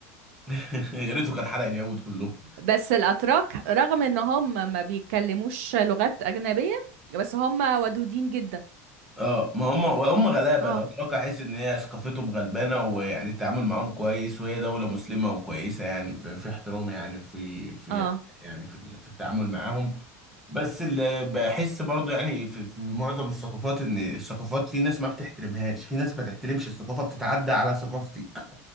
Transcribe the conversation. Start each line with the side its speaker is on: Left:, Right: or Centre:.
Centre: <laughs> يا ريته كان حرق اليهود كلهم
Right: بس الأتراك رغم إن هم ما بيتكلموش لغات أجنبية بس هم ودودين جدا
Centre: اه ما هم هم غلابه
Right: اه
Centre: الاتراك احس ان هي ثقافتهم غلبانه ويعني التعامل معاهم كويس وهي دوله مسلمه وكويسه يعني في, في احترام يعني في في
Right: اه
Centre: يعني في, ال- في التعامل معاهم بس اللي بحس برضو يعني في, في معظم الثقافات ان الثقافات في ناس ما بتحترمهاش في ناس ما تحترمش الثقافه بتتعدى على ثقافتك